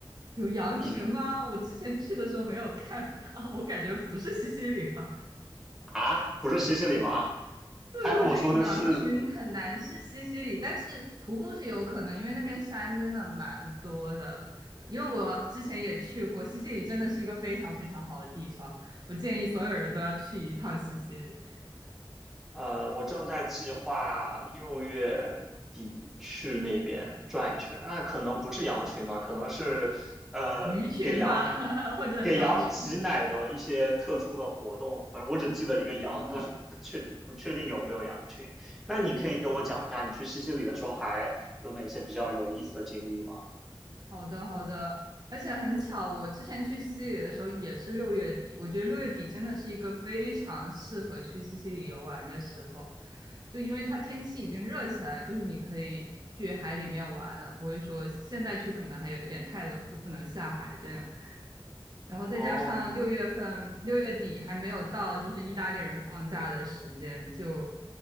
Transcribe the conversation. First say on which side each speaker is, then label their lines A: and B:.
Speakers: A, on the right; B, in the centre.
A: 有羊群吗？
B: 你呢？
A: 我之前去的时候没有看到，我感觉不是西西里吧？
B: 啊，不是西西里吗？
A: <laughs> 对，
B: 他跟我说的是
A: 我觉得有羊群很难是西西里，但是徒步是有可能，因为那边山真的蛮多的。因为我之前也去过，西西里真的是一个非常非常好的地方，我建议所有人都要去一趟西西里，
B: 呃，我正在计划六月底去那边转一圈，啊，可能不是羊群吧，可能是呃给羊
A: 鱼群吧，<laughs> 或者鸟群。
B: 给羊挤奶的一些特殊的活动，反正我只记得一个羊，
A: 哦，天呐！
B: 但是不确不确定有没有羊群。那你可以跟我讲一下，你去西西里的时候还有哪些比较有意思的经历吗？
A: 好的，好的，而且很巧，我之前去西西里的时候也是六月底，我觉得六月底真的是一个非常适合去西西里游玩的时候，就因为它天气已经热起来，就是你可以去海里面玩了，不会说现在去可能还有点太冷，就不能下海这样。然后再加上六月份六月底还没有到，
B: 哦，
A: 就是意大利人放假的时间，就